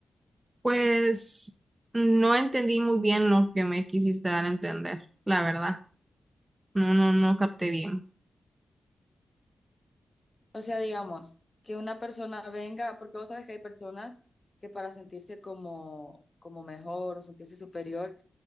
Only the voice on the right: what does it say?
Pues no entendí muy bien lo que me quisiste dar a entender, la verdad. No, no, no capté bien.